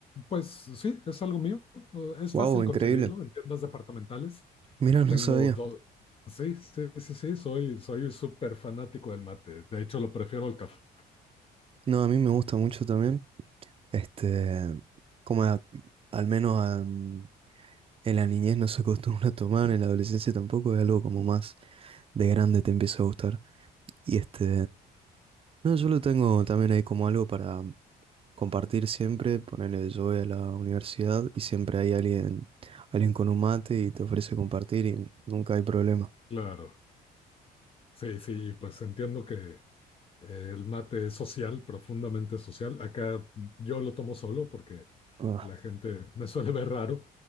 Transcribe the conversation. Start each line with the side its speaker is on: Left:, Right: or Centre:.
Left: pues sí, es algo mío. Eh, Es
Right: Wow,
Left: fácil
Right: increíble.
Left: conseguirlo en tiendas departamentales.
Right: Mira, no
Left: Tengo
Right: sabía.
Left: dos. Sí, sí, sí, sí, soy, soy súper fanático del mate. De hecho, lo prefiero al café.
Right: No, a mí me gusta mucho también. Este, como a- al menos a- en la niñez no se acostumbra a tomar, en la adolescencia tampoco, es algo como más de grande te empieza a gustar. Y este, no, yo lo tengo también ahí como algo para compartir siempre. Ponerle yo voy a la universidad y siempre hay alguien, alguien con un mate y te ofrece compartir y nunca hay problema.
Left: Claro. Sí, sí, y pues entiendo que eh, el mate es social, profundamente social. Acá yo lo tomo solo porque
Right: Ah,
Left: la gente me suele ver raro,